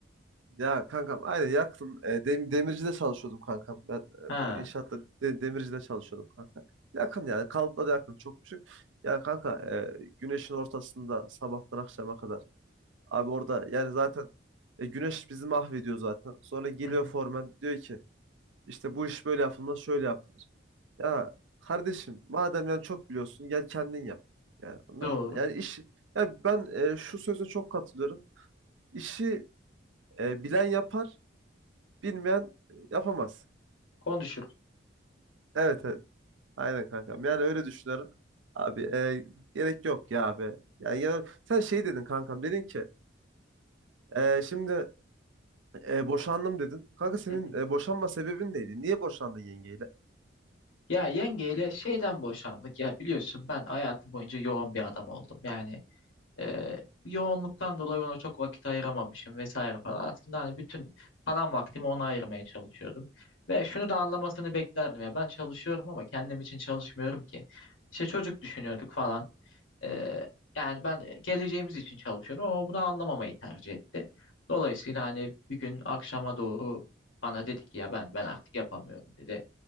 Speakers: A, on the right; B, on the left.
A: Ya kankam aynen yakın. E, dem- demircide çalışıyordum kankam. Ben e,
B: Ha.
A: bu inşaatta de- demircide çalışıyordum kanka. Yakın yani kalıpla da yakın çok küçük. Yani kanka e, güneşin ortasında sabahtan akşama kadar. Abi orada yani zaten e, güneş bizi mahvediyor zaten. Sonra geliyor
B: Hı hı,
A: formen diyor ki işte bu iş böyle yapılmaz şöyle yapılır. Ya kardeşim madem yani çok biliyorsun gel kendin yap. Yani anladın
B: doğru.
A: mı? Yani iş ya ben e, şu söze çok katılıyorum. İşi e, bilen yapar, bilmeyen e, yapamaz.
B: Konuşurum.
A: Evet evet. Aynen kankam. Yani öyle düşünüyorum. Abi e, gerek yok ya abi. Yani, ya- sen şey dedin kankam dedin ki e, şimdi E, boşandım dedin. Kanka senin
B: Hı hı.
A: e, boşanma sebebin neydi? Niye boşandın yengeyle?
B: Ya yengeyle şeyden boşandık. Ya biliyorsun ben hayatım boyunca yoğun bir adam oldum. Yani e, yoğunluktan dolayı ona çok vakit ayıramamışım vesaire falan. Aslında hani bütün falan vaktimi ona ayırmaya çalışıyordum. Ve şunu da anlamasını beklerdim ya. Ben çalışıyorum ama kendim için çalışmıyorum ki. İşte çocuk düşünüyorduk falan. Ee, yani ben geleceğimiz için çalışıyordum ama bunu anlamamayı tercih etti. Dolayısıyla hani bir gün akşama doğru bana dedi ki ya ben ben artık yapamıyorum dedi.